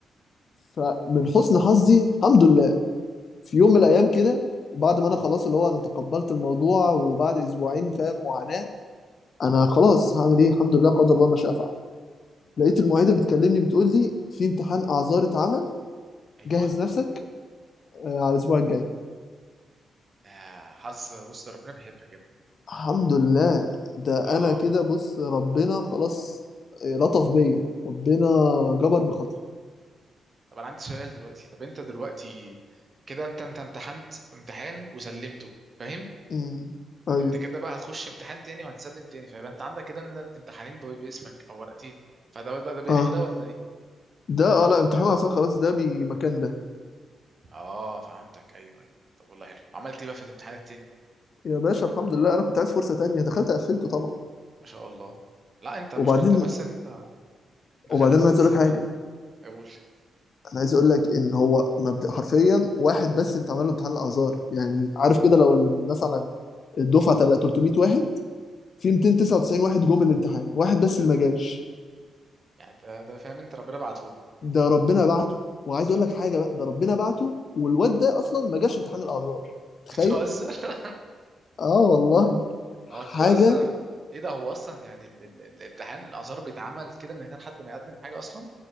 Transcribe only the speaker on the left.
فمن حسن حظي الحمد لله في يوم من الايام كده وبعد ما انا خلاص اللي هو انا تقبلت الموضوع وبعد اسبوعين فاهم معاناة انا خلاص هعمل ايه الحمد لله قدر الله ما شاء فعل لقيت المعيده بتكلمني بتقول لي في امتحان اعذار اتعمل
جهز نفسك آه، على الاسبوع الجاي
الحمد لله ده
انا كده بص ربنا خلاص آه، لطف بيا ربنا جبر بخاطري
امم ايوه
اه
ده اه لا امتحان اعذار خلاص ده بمكان ده
يا باشا الحمد لله انا كنت عايز فرصه تانية دخلت قفلته طبعا
وبعدين
وبعدين انا
عايز اقول
لك حاجه
انا عايز اقول لك ان هو مبدأ حرفيا واحد بس اللي اتعمل له امتحان الاعذار يعني عارف كده لو ال- مثلا الدفعه تل- 300 واحد في 299 واحد جم الامتحان واحد بس اللي ما جاش
ده ربنا بعته وعايز اقول لك حاجه بقى ده ربنا بعته والواد ده اصلا ما جاش امتحان الاعذار تخيل
اه والله
حاجه